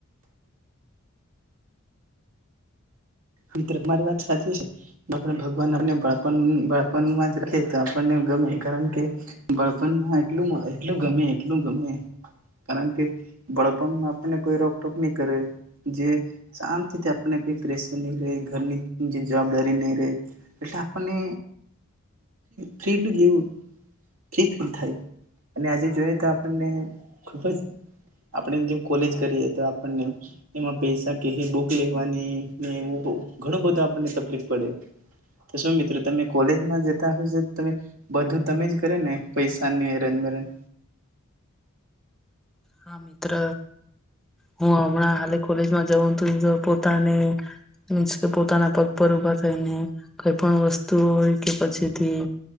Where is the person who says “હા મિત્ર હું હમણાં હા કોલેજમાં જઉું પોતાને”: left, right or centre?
Centre